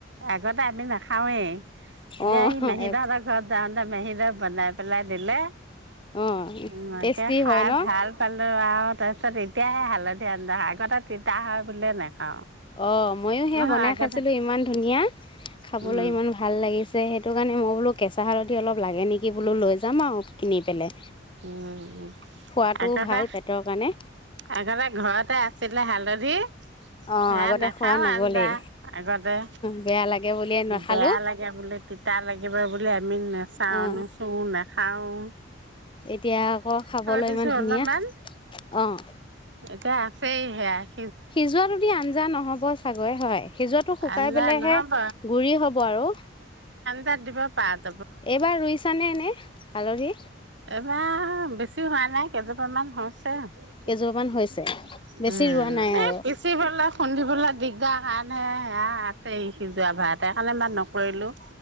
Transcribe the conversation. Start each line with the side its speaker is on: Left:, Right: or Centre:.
Right: আগতে আমি নাখাওঁয়েই। এতিয়া
Left: অ
Right: সি <unintelligible> ঘৰত যাওঁতে মে <unintelligible> বনাই পেলা নিলে <unintelligible>
Left: অ', টেষ্টি
Right: খাই
Left: হয় ন?
Right: ভাল পালোঁ আৰু। অ', তাৰ পিছত এতিয়াহে হালধীয়া হালধীয়া হয়, আগতে তিতা হয় বুলিয়ে নাখাওঁ।
Left: অ', ময়ো সেয়া
Right: অ'
Left: বনাই
Right: আগতে
Left: খাইছিলোঁ, ইমান ধুনীয়া। খাবলৈ
Right: উম,
Left: ইমান ভাল লাগিছে, সেইটো কাৰণে মই বোলো কেঁচা হালধি অলপ লাগে নেকি বোলো, লৈ যাম আৰু। কিনি পেলাই।
Right: উম,
Left: খোৱাটোও
Right: আগতে,
Left: ভাল পেটৰ কাৰণে
Right: আগতে ঘৰতে আছিলে হালধি
Left: অ',
Right: সেয়া
Left: আগতে
Right: নাখাওঁ
Left: খোৱা নগলেই
Right: আঞ্জা, আগতে,
Left: বেয়া লাগে বুলিয়ে নাখালো
Right: বেয়া লাগে বুলি, তিতা লাগে কিবা বোলে আমি নেচাওঁ,
Left: অ',
Right: নুচোওঁ, নেখাওঁ <unintelligible>
Left: এতিয়া আকৌ খাবলৈ
Right: দিছো
Left: ইমান ধুনীয়া,
Right: অলপমান
Left: অ'।
Right: এতিয়া আছেই সেয়াই।
Left: সিজোৱাটোদি আঞ্জা ন'হব চাগৈ হয়, সিজোৱাটো শুকাই
Right: আঞ্জা
Left: পেলাইহে
Right: নহ'ব
Left: গুৰি হব আৰু।
Right: তাত দিব পাত
Left: এইবাৰ ৰুইছানে এনেই? হালধি।
Right: এইবাৰ বেছি হোৱা নাই কেইজোপা মান হৈছে, উম,
Left: কেইজোপামান হৈছে? বেছি ৰোৱা নাই
Right: এই
Left: আৰু।
Right: পিচিবলৈ খুন্দিবলৈ দিগদাৰ কাৰণে এয়া আছেই সিজোৱা ভাত <unintelligible> কৰিলো,